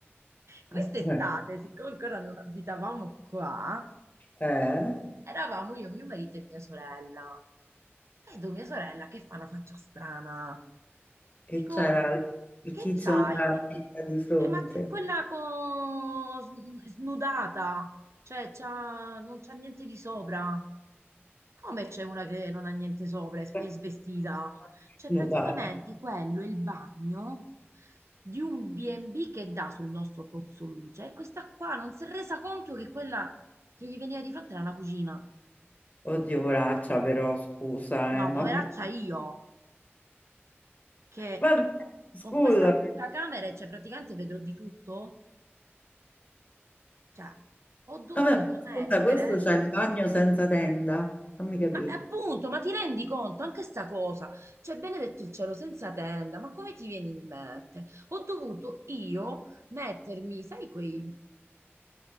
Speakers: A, on the right; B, on the left.
A: Quest'estate,
B: ok.
A: siccome ancora non abitavamo qua,
B: Eh,
A: eravamo io, mio marito e mia sorella. Vedo mia sorella che fa una faccia strana.
B: che
A: Dico,
B: c'era il
A: che
B: tizio
A: c'hai?
B: nella testa di fronte.
A: Cioè, ma c'è quella co- sn- snudata, cioè c'ha- non c'ha niente di sopra. Come c'è una che non ha niente sopra, è s-
B: <laughs>
A: è svestita? Cioè, praticamente
B: Nudata.
A: quello è il bagno di un B&B che dà sul nostro pozzo luce e questa qua non si è resa conto che quella che gli veniva di fronte era una cucina.
B: Oddio, poraccia, però scusa,
A: No,
B: eh, ma
A: poveraccia
B: <laughs>
A: io, che
B: vabbè, scusa,
A: con questa fitta camera, cioè praticamente vedrò di tutto. Cioè, ho dovuto
B: vabbè, ma
A: mettere,
B: scusa, questo c'ha il bagno senza tenda, fammi capire.
A: ma appunto, ma ti rendi conto anche sta cosa? Cioè, benedetto il cielo senza tenda, ma come ti viene in mente? Ho dovuto io mettermi, sai, quei,